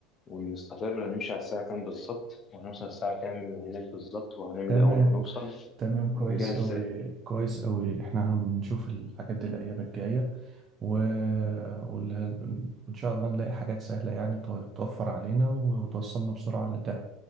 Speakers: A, on the left (about 25°); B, on the right (about 30°).
A: ونستقر هنمشي على الساعة كام بالظبط وهنوصل الساعة كام هناك بالظبط وهنعمل
B: تمام
A: ايه أول ما نوصل
B: تمام
A: ونجهز
B: كويس أوي
A: ازاي.
B: كويس أوي إحنا هنشوف الحاجات دي الأيام الجاية و... وال- وإن شاء الله نلاقي حاجات سهلة يعني ت- توفر علينا وتوصلنا بسرعة لده